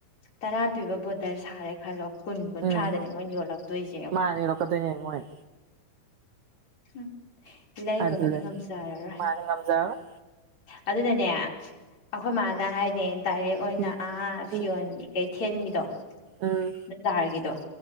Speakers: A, on the left; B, on the right.
A: ꯇꯔꯥ ꯄꯤꯕ ꯕꯣꯇꯜ ꯁꯥꯔꯦ ꯈꯜꯂꯣ ꯀꯨꯟ ꯀꯨꯟꯊ꯭ꯔꯥꯗꯅꯦ
B: ꯎꯝ
A: ꯃꯣꯏ ꯌꯣꯜꯂꯛꯇꯣꯏꯁꯦ
B: ꯃꯥꯅ ꯌꯣꯜꯂꯛꯀꯗꯣꯏꯅꯦ ꯃꯣꯏꯅ
A: ꯎꯝ ꯂꯩꯕꯒꯗꯤ
B: ꯑꯗꯨꯗꯅꯤ
A: ꯉꯝꯖꯔꯔꯣꯏ
B: ꯃꯥꯅ ꯉꯝꯖꯔꯔꯣꯏ
A: ꯑꯗꯨꯅꯅꯦ ꯑꯩꯈꯣꯏ ꯃꯥꯅ ꯍꯥꯏ ꯅꯦ ꯗꯥꯏꯔꯦꯛ ꯑꯣꯏꯅ
B: ꯎꯝ
A: ꯑꯥ
B: ꯎꯝ
A: ꯁꯤ ꯌꯣꯟꯕꯤ ꯀꯩꯊꯦꯜꯒꯤꯗꯣ
B: ꯎꯝ
A: ꯕꯖꯥꯔꯒꯤꯗꯣ